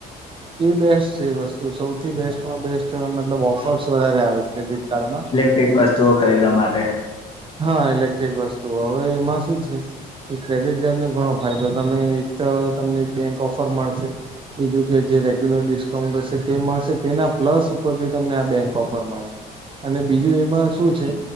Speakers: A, on the right (about 30°); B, on the left (about 30°).
A: એ બેસ્ટ છે વસ્તુ સૌથી બેસ્ટમાં બેસ્ટ મતલબ ઓફર્સ વધારે આવે ક્રેડિટ કાર્ડમાં.
B: કંઈક વસ્તુઓ ખરીદવા માટે.
A: હહ ઇલેક્ટ્રિક વસ્તુઓ હવે એમાં શું છે એ ક્રેડિટ કાર્ડનો ઘણો ફાયદો તમે એક ત તમને એક બેંક ઓફર મળશે. બીજું કે જે રેગ્યુલર ડિસ્કાઉન્ટ હશે તે મળશે, તેના પ્લસ ઉપરથી તમને આ બેંક ઓફર મળે. અને બીજું એમાં શું છે